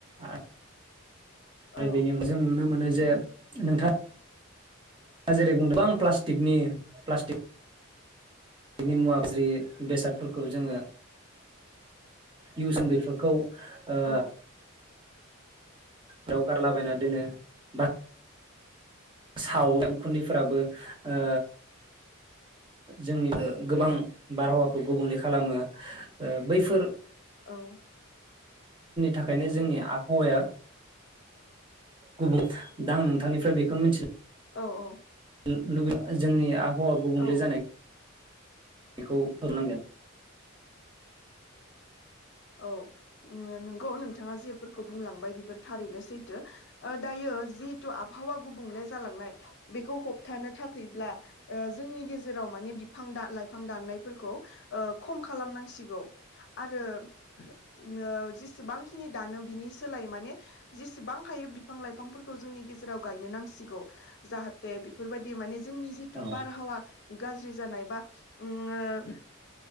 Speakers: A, on the right; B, on the left.
A: आ
B: औ
A: आरो बेनि अन जों नुनो मोनो जे नोंथां जेरै बुंदों गोबां प्लास्टिकनि प्लास्टिक कनि मुवाबजि बेसाद फोरखौ जोङो इउ जों बेफोरखौ ओ
B: औ
A: फ्राव गारलाबायना दोनो बा साव फोराबो ओ जोंनि गोबां बारहावाखौ गुबुंले खालामो ओ बैफोर
B: औ
A: थाखायनो जोंनि आबहावाया गुबुं दा आं नोंथांनिफ्राय बे खौनो मिथि
B: औ औ
A: <unintelligible> जोंनि हवा गुबुंले
B: औ
A: जानाय बेखौ हनांगोन
B: औ नों गौ नोंथाङा जेफोरखौ बुंलांबाय बेफोर थारैनो सैथो ओ दायो जिहेथु आबहावा गुबुंले जालांनाय बेखौ होबथानो थाखब्ला ओ जोंनि गेजेराव माने बिफां लाइफां दाननायफोरखौ ओ खम खालामनांसिगौ आरो ओ जेसेबांखिनि दानो बिनि सोलाय माने जेसेबां हायो बिफां लाइफांफोरखौ जोंनि गेजेराव गायनो नांसिगौ जाहाथे बेफोरबायदि माने जोंनि जिथु
A: औ
B: बारहावा गाज जानाय बा उम